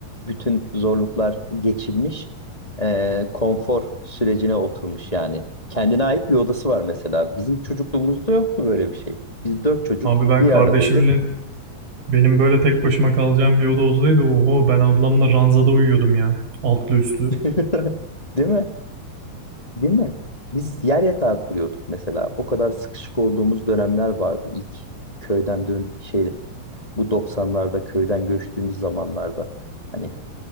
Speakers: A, on the left; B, on the right.
A: bütün zorluklar geçilmiş. Ee, konfor sürecine oturmuş yani. Kendine ait bir odası var mesela. Bizim çocukluğumuzda yoktu böyle bir şey. Biz dört çocuk
B: Abi ben
A: bir
B: kardeşimle
A: aradaydık.
B: Benim böyle tek başıma kalacağım bir oda olsaydı oho ben ablamla ranzada uyuyordum ya. Altlı üstlü.
A: <laughs> Değil mi? Değil mi? Biz yer yatağı kuruyorduk mesela. O kadar sıkışık olduğumuz dönemler vardı ilk köyden dön şey bu 90'larda köyden göçtüğümüz zamanlarda. Hani